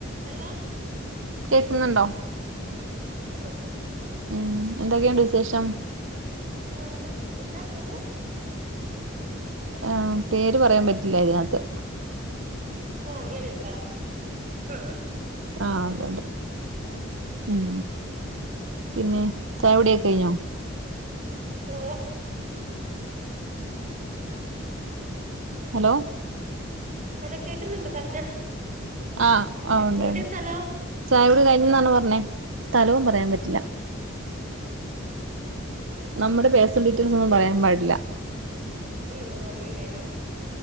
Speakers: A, on the right; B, on the right.
A: hello
B: കേക്കുന്നുണ്ടോ
A: കമണ്ട്
B: ഉം എന്തൊക്കെയുണ്ട് വിശേഷം
A: സുഗന്ദന്ന എന്താ പേര്
B: ആഹ പേര് പറയാൻ പറ്റില്ല ഇതിനകത്ത്
A: ആഹ് അങ്ങനെയുണ്ടാ ആ
B: ആഹ് ഉണ്ട് ഉണ്ട് ഉം പിന്നെ ചായകുടിയൊക്കെ കഴിഞ്ഞോ
A: ഓഹ്
B: ഹലോ
A: ഹലോ കേക്കുന്നുണ്ട് പറഞ്ഞോ
B: ആഹ് ആ
A: എവിടെയാ
B: ഉണ്ട് ഉണ്ട്
A: സ്ഥലം
B: ചായകുടി കഴിഞ്ഞീന്നാണോ പറഞ്ഞേ സ്ഥലവും പറയാൻ പറ്റില്ല നമ്മുടെ പേഴ്സണൽ ഡീറ്റെയിൽസ് ഒന്നും പറയാൻ പാടില്ല
A: ഓഹ് അങ്ങനെയാണോ